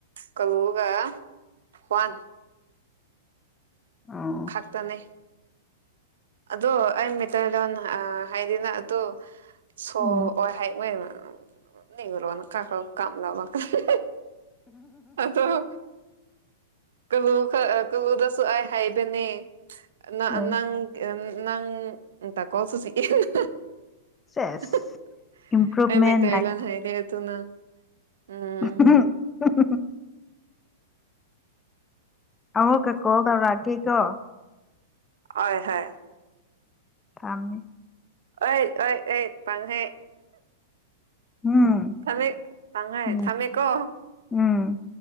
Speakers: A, on the right; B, on the left.
A: ꯀꯂꯨꯒ ꯈꯋꯥꯟ
B: ꯑꫭ
A: ꯈꯥꯛꯇꯅꯦ ꯑꯗꯣ ꯑꯩ ꯃꯤꯇꯩ ꯂꯣꯟ ꯑꯥ ꯍꯥꯏꯗꯤ ꯅꯪ ꯑꯇꯨ <unintelligible>
B: ꯎꯝ
A: ꯑꯗꫭ ꯀꯂꯨ ꯈ ꯀꯂꯨꯗꯁꯨ ꯑꯩ ꯍꯥꯏꯕꯅꯦ ꯅ
B: ꯎꯝ
A: ꯅꯪ ꯅꯪ ꯇ <unintelligible>
B: ꯁꯦꯁ ꯏꯝꯄ꯭ꯔꯨꯚꯃꯦꯟ
A: ꯑꯩ ꯃꯩꯇꯩ ꯂꫭꯟ ꯍꯩꯇꯦ ꯑꯗꯨꯅ ꯎꯝ
B: ꯑꯍꯝ ꯍꯝ ꯍꯝ ꯍꯝ ꯍꯝ ꯑꯃꯨꯛꯀ ꯀꯣꯜ ꯇꯧꯔꯛꯀꯦꯀꯣ
A: ꯑꯣꯏ ꯍꯣꯏ
B: ꯊꯝꯃꯦ
A: ꯑꯣꯏ ꯑꯣꯏ ꯑꯦ ꯄꯥꯡꯍꯦ
B: ꯎꯝ
A: ꯊꯝꯃꯦ ꯇꯥꯡꯉꯥꯏ
B: ꯎꯝ
A: ꯊꯝꯃꯦꯀꯣ
B: ꯎꯝ